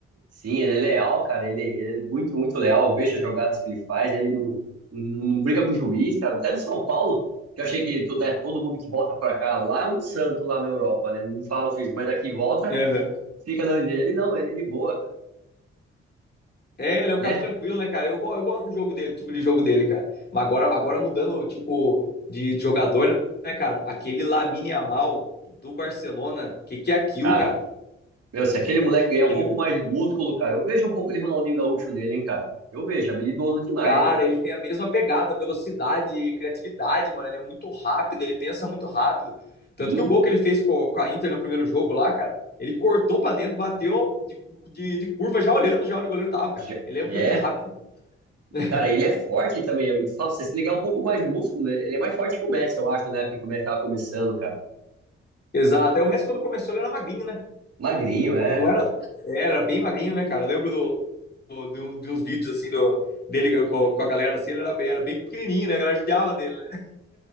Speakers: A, on the right; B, on the left.
A: Sim, ele é leal, cara. Ele, ele é muito, muito leal. Eu vejo as jogadas que ele faz. Ele não, não briga com o juiz, cara. Até do São Paulo, que eu achei que to- né, todo mundo que volta pra cá, lá é um santo lá na Europa, né? Não fala o juiz, mas aqui volta,
B: Uhum.
A: fica na onde ele. Não, ele é de boa, cara.
B: É, ele é um
A: Né?
B: cara tranquilo, né, cara? Eu, go- eu gosto do jogo dele, tipo de jogo dele, cara. Mas agora, agora mudando, tipo, de, de jogador, né, cara? Aquele Lamine Yamal do Barcelona, que que é aquilo,
A: Cara,
B: cara?
A: meu, se aquele moleque ganhar um
B: Ele,
A: pouco mais de músculo, cara, eu vejo um pouco de Ronaldinho Gaúcho nele, hein, cara. Eu vejo, habilidoso demais,
B: cara,
A: hein?
B: ele tem a mesma pegada, velocidade, criatividade, mano. Ele é muito rápido, ele pensa muito rápido. Tanto
A: Sim.
B: que o gol que ele fez co- com, a Inter no primeiro jogo lá, cara, ele cortou pra dentro, bateu de, de, de curva, já olhando já onde o goleiro tava, cara.
A: já-
B: Ele é muito
A: É.
B: rápido. <laughs>
A: Cara, ele é forte também, amigo. Só pra você se ligar um pouco mais de músculo, ele é mais forte que o Messi, eu acho, na época que o Messi tava começando, cara.
B: Exato. É o Messi quando começou, ele era magrinho, né?
A: Magrinho, é.
B: Ele não era, é, era bem magrinho, né, cara? Eu lembro do, do- de um- de uns vídeos assim do, dele com, com a galera assim, ele era, bem- era bem pequenininho, né? A galera judiava dele, né?